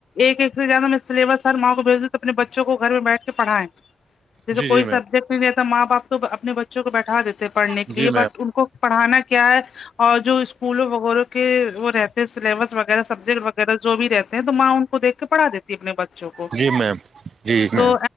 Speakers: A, on the left; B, on the right.
A: ایک ایک سے زیادہ میں سلیبس ہر ماں کو بھیج دوں تو اپنے بچوں کو گھر میں بیٹھ کے پڑھائیں جیسے
B: جی
A: کوئی
B: جی
A: سبجیکٹ نہیں رہتا ماں باپ تو اپنے بچوں کو بیٹھا دیتے پڑھنے کے
B: جی
A: لیے بٹ ان کو پڑھانا کیا ہے اور جو اسکولوں وغیرہ کے وہ رہتے ہیں سلیبس وغیرہ سبجیکٹ وغیرہ جو بھی رہتے ہیں تو ماں ان کو دیکھ کے پڑھا دیتی اپنے بچوں کو
B: جی میم جی جی
A: تو
B: میم جی میم جی